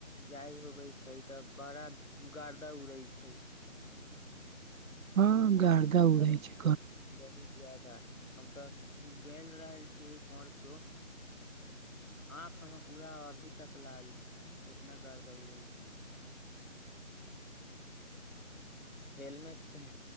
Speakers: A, on the left; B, on the right.
A: जाय होवे छै तऽ बड़ा गर्दा उड़ै छैय।
B: ह गरदा उड़ै छैय।
A: बहुत जादा हम तऽ गेल रहल छीयै परसो <inaudible> आंख हमर पूरा अभी तक लाल छैय एतना गरदा उड़ल छैय। हेलमेट पेह